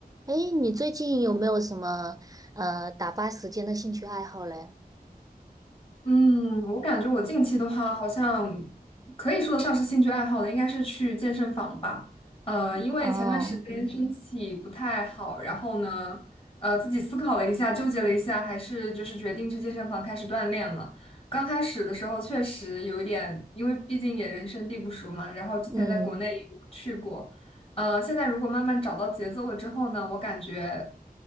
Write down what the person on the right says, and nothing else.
哎，你最近有没有什么呃打发时间的兴趣爱好嘞？
哦，
嗯，